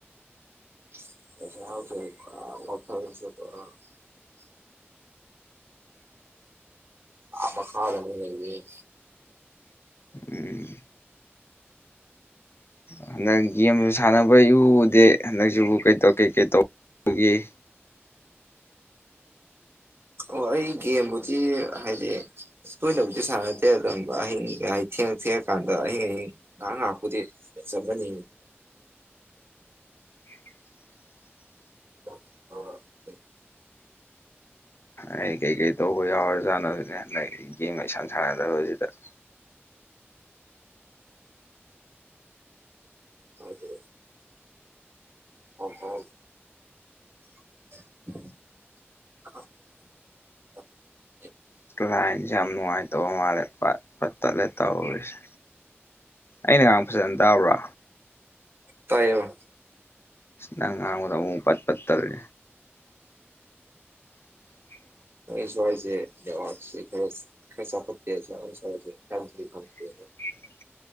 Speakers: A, on the right; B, on the left.
A: ꯁ ꯌꯥꯁꯦꯊꯁ ꯑ ꯑ ꯈꯥ ꯑꯗꯨ ꯂꯩ
B: ꯎꯝ ꯍꯟꯗꯛ ꯒꯦꯝꯁꯨ ꯁꯥꯟꯅꯕ ꯏꯎꯗꯦ ꯍꯟꯗꯛꯁꯤꯕꯨ ꯀꯩꯧ ꯀꯩꯀꯩ ꯇꯧ ꯑꯒꯦ
A: ꯑꯣ ꯑꯩ ꯒꯦꯝꯕꯨꯗꯤ ꯍꯥꯏꯗꯤ ꯇꯣꯏꯅꯕꯨꯗꯤ ꯁꯥꯟꯅꯗꯦ ꯑꯗꯨ ꯑꯍꯤꯡꯒ ꯍꯥꯏꯗꯤ ꯐꯦꯔꯀꯥꯟꯗ ꯍ ꯑꯌꯤꯡ ꯉꯥꯏꯍꯥꯛ ꯉꯥꯏꯍꯥꯛꯄꯨꯗꯤ ꯆꯕꯅꯤ
B: <inaudible>
A: <inaudible>
B: ꯑꯩ ꯀꯩꯀꯩ ꯇꯧꯕ ꯌꯥꯎꯔꯖꯥꯠꯅꯣꯁꯤꯅꯦ ꯍꯟꯗꯛ ꯒꯦꯝꯒꯩꯁꯟ ꯁꯥꯟꯅꯗꯕꯁꯤꯗ <inaudible>
A: ꯖꯦ ꯍꯣꯡ ꯍꯣꯡ <inaudible>
B: ꯂꯥꯏꯁꯦ ꯌꯥꯝ ꯅꯨꯡꯉꯥꯏꯇꯕ ꯃꯥꯜꯂꯦ ꯄ ꯐꯠ ꯇꯠꯂꯦ ꯇꯧꯔꯤꯁꯦ ꯑꯩꯅꯒꯥꯡ ꯐꯖꯅ ꯇꯥꯕ꯭ꯔꯥ
A: ꯇꯥꯏꯕ
B: ꯅꯪ ꯉꯥꯡꯕꯗ ꯑꯃꯨꯛ ꯄꯠ ꯄꯠꯇꯔꯦ <inaudible>
A: ꯁꯋꯥꯏꯁ ꯗꯦꯋꯥ ꯈ ꯈꯔ ꯆ ꯐ
B: <inaudible>